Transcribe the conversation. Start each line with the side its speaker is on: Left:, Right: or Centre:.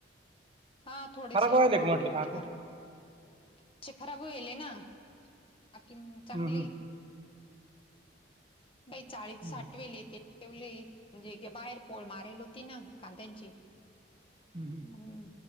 Left: हा थोडेशी
Right: खराब का म्हटलं
Left: थोडी
Right: कांदे
Left: खराब खराब होईल ना बाकी चांगली
Right: हम्म,
Left: बाई चाळीत
Right: हम्म,
Left: साठवेले
Right: हम्म,
Left: ते ठेवले म्हणजे बाहेर पोळ माराल होती ना कांद्यांची
Right: हम्म, हम्म.
Left: मण